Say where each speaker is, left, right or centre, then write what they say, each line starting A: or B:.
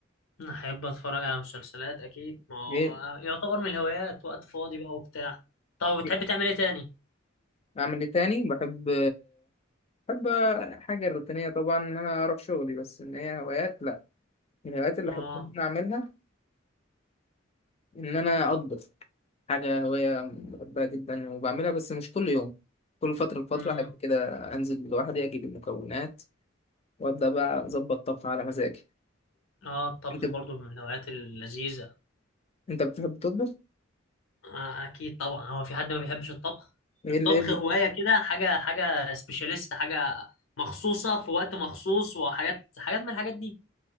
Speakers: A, on the left; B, on the left.
A: انا احب اتفرج على مسلسلات اكيد ما هو
B: إيه
A: آه، يعتبر من الهوايات وقت فاضي بقى وبتاع طب بتحب
B: إيه؟
A: تعمل ايه تاني
B: أعمل إيه تاني بحب بحب حاجة روتينية طبعا إن أنا أروح شغلي بس إن هي هوايات لأ من الهوايات اللي
A: اه
B: أحب إن أنا أعملها إن أنا أطبخ حاجة هواية بحبها جدا وبعملها بس مش كل يوم كل فترة لفترة
A: امم
B: حاجة كده أنزل لوحدي أجيب المكونات وأبدأ بقى أظبط طبخ على مزاجي
A: اه الطبخ
B: أنت
A: برضو من الهوايات اللذيذه
B: أنت بتحب تطبخ؟
A: آه، اكيد طبعا هو في حد ما بيحبش الطبخ
B: إيه
A: الطبخ
B: ال... إيه ال...
A: هواية كده حاجة حاجة سبيشاليست حاجة مخصوصة في وقت مخصوص وحاجات حاجات من الحاجات دي